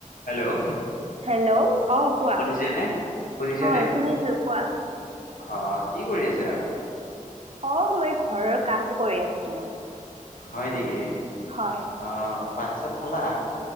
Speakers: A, on the left (about 85°); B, on the right (about 50°).
A: Hello?
B: Hello অ' কোৱা?
A: শুনিছেনে শুনিছেনে
B: হয়, শুনিছো কোৱা?
A: অ' কি কৰি আছা?
B: অ' মই ঘৰৰ কাম কৰি আছিলো।
A: হয় নেকি?
B: হয়
A: অ' ভাত ছাত খালা?